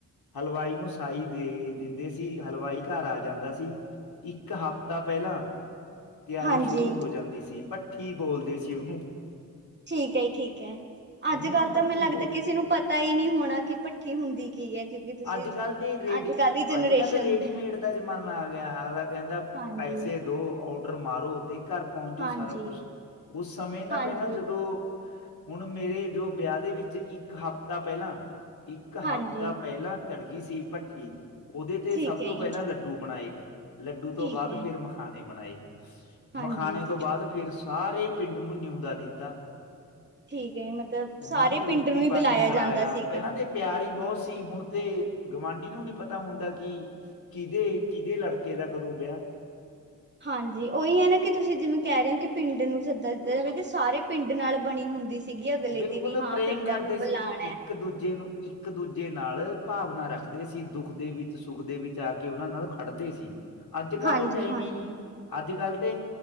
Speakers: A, on the left; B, on the right.
A: ਹਲਵਾਈ ਨੂੰ ਸਾਈ ਦੇ ਦਿੰਦੇ ਸੀ, ਹਲਵਾਈ ਘਰ ਆ ਜਾਂਦਾ ਸੀ। ਇੱਕ ਹਫ਼ਤਾ ਪਹਿਲਾਂ, ਤਿਆਰੀ
B: ਹਾਂਜੀ
A: ਸੁ ਜਾਂਦੀ ਸੀ। ਭੱਠੀ ਬੋਲਦੇ ਸੀ ਉਹਨੂੰ।
B: ਠੀਕ ਹੈ ਜੀ, ਠੀਕ ਹੈ।
A: ਉਹਨੂੰ
B: ਅੱਜ ਕੱਲ
A: ਨਾ ਭੱਠੀ
B: ਤਾਂ ਮੈਨੂੰ ਲੱਗਦਾ
A: ਬੋਲ
B: ਏ, ਕਿਸੇ ਨੂੰ ਪਤਾ ਹੀ ਨਹੀਂ ਹੋਣਾ, ਕਿ ਭੱਠੀ ਹੁੰਦੀ ਕੀ ਹੈ? ਕਿਉਂਕਿ ਤੁਸੀਂ
A: ਅੱਜ ਕੱਲ੍ਹ ਤੇ ਰੇਡੀ,
B: ਅੱਜ ਕੱਲ੍ਹ ਦੀ ਜਨਰੇਸ਼ਨ
A: ਅੱਜ ਕੱਲ ਰੇਡੀਮੇਡ
B: ਚ
A: ਦਾ ਜ਼ਮਾਨਾ ਆ ਗਿਆ। ਅਗਲਾ ਕਹਿੰਦਾ,
B: ਹਾਂਜੀ
A: ਪੈਸੇ ਦੋ, ਔਡਰ ਮਾਰੋ, ਤੇ ਘਰ ਪਹੁੰਚ ਜੂ
B: ਹਾਂਜੀ
A: ਸਾਰਾ ਕੁਛ। ਉਸ ਸਮੇਂ ਨਾ
B: ਹਾਂਜੀ
A: ਪਹਿਲਾਂ ਜਦੋਂ ਹੁਣ ਮੇਰੇ ਜੋ ਬਿਆਹ ਦੇ ਵਿੱਚ ਇੱਕ ਹਫ਼ਤਾ ਪਹਿਲਾਂ ਇੱਕ
B: ਹਾਂਜੀ
A: ਹਫ਼ਤਾ ਪਹਿਲਾਂ ਚੜ੍ਹ ਗਈ ਸੀ ਭੱਠੀ। ਉਹਦੇ ਤੇ
B: ਠੀਕ
A: ਸਭ
B: ਹੈ
A: ਤੋਂ ਪਹਿਲਾਂ
B: ਜੀ
A: ਲੱਡੂ ਬਣਾਏ। ਲੱਡੂ
B: ਠੀਕ
A: ਤੋਂ ਬਾਅਦ
B: ਹੈ
A: ਫਿਰ ਮਖਾਣੇ ਬਣਾਏ।
B: ਹਾਂਜੀ
A: ਮਖਾਣੇ ਤੋਂ ਬਾਅਦ, ਫਿਰ ਸਾਰੇ ਪਿੰਡ ਨੂੰ ਨਿਉਂਦਾ ਦਿੱਤਾ।
B: ਠੀਕ ਹੈ ਮਤਲਬ
A: ਉਹਨਾਂ
B: ਸਾਰੇ
A: ਨੂੰ ਰੋਟੀ
B: ਪਿੰਡ ਹੀ ਬੁਲਾਇਆ
A: ਪਾਣੀ ਖਲਾਇਆ,
B: ਜਾਂਦਾ ਸੀਗਾ।
A: ਪਹਿਲਾਂ ਤੇ ਪਿਆਰ ਹੀ ਬਹੁਤ ਸੀ, ਹੁਣ ਤੇ ਗਵਾਂਢੀ ਨੂੰ ਨਈ ਪਤਾ ਹੁੰਦਾ ਕਿ ਕੀਹਦੇ, ਕਿਹਦੇ ਲੜਕੇ ਦਾ ਕਦੋਂ ਵਿਆਹ?
B: ਹਾਂ ਜੀ, ਉਹੀ ਹੈ ਨਾ ਕਿ ਤੁਸੀਂ ਜਿਵੇਂ ਕਹਿ ਰਹੇ ਹੋ, ਕਿ ਪਿੰਡ ਨੂੰ ਸੱਦਾ ਦਿੱਤਾ, ਮਤਬ ਕਿ ਸਾਰੇ ਪਿੰਡ ਨਾਲ ਬਣੀ ਹੁੰਦੀ ਸ ਸੀਗੀ ਅਗਲੇ
A: ਬਿਲਕੁਲ
B: ਦੀ ਵੀ, ਹਾਂ
A: ਪ੍ਰੇਮ
B: ਪਿੰਡਾਂ
A: ਕਰਦੇ
B: ਨੂੰ ਬੁਲਾਣਾ
A: ਸੀ
B: ਏ।
A: ਇੱਕ ਦੂਜੇ ਨੂੰ, ਇੱਕ ਦੂਜੇ ਨਾਲ ਭਾਵਨਾ ਰੱਖਦੇ ਸੀ, ਦੁੱਖ ਦੇ ਵਿੱਚ, ਸੁੱਖ ਦੇ ਵਿੱਚ ਆ ਕੇ ਉਹਨਾਂ ਨਾਲ ਖੜਦੇ ਸੀ, ਅੱਜ ਕੱਲ
B: ਹਾਂਜੀ-ਹਾਂਜੀ,
A: ਉਹ ਟਾਈਮ ਹੀ ਨਹੀ, ਅੱਜ ਕੱਲ ਤੇ